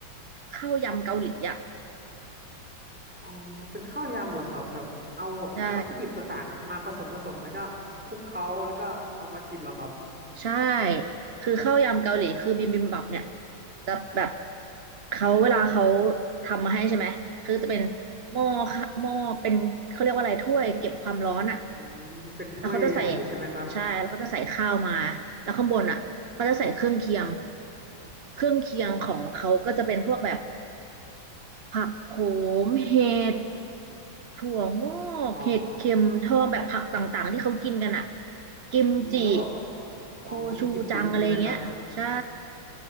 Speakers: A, on the right; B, in the centre.
A: ข้าวยำเกาหลีอ่ะ
B: อ๋อเป็นข้าวยำเหรอครับแบบเอาแบบวัตถุดิบต่างๆเนี่ยมาผสมผสมแล้วก็คลุกเคล้าแล้วก็เอามากินเหรอครับ
A: ใช่ ใช่คือข้าวยำเกาหลีคือบิมบิมบับเนี่ยจะแบบเขาเวลาเขาทำมาให้ใช่ไหมคือจะเป็นหม้อค่ะหม้อเป็นเขาเรียกว่าอะไรถ้วยเก็บความร้อนอ่ะ
B: อืมเป็นถ้วยใหญ่ๆเลยใช่ไหมครับ
A: แล้วเขาจะใส่ใช่แล้วเขาจะใส่ข้าวมาแล้วข้างบนอ่ะเขาจะใส่เครื่องเคียง เครื่องเคียงของเขาก็จะเป็นพวกแบบ ผักโขมเห็ดถั่วงอกเห็ดเข็มทองแบบผักต่างๆที่เขากินกันอ่ะ
B: อ๋อ
A: กิมจิ
B: อืมแล้วแบบ
A: โคชูจังอะไรเงี้ยใช่
B: อ๋อมีกิมจิด้วยใช่ไหมครับ